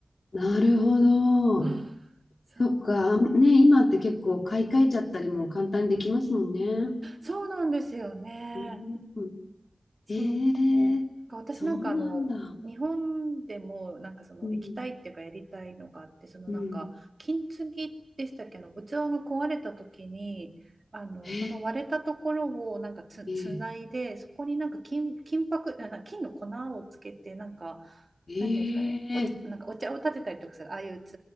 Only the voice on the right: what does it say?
<laughs> そう、
そうなんですよね。
そう
か私なんかあの日本でもなんかその行きたいっていうかやりたいのがあってそのなんか金継ぎでしたっけの器が壊れた時にあのその割れたところをなんかつ、
つないでそこになんか金、金箔あな金の粉をつけてなんか
なんていうんですかねお茶、なんかお茶を立てたりとかするああいう器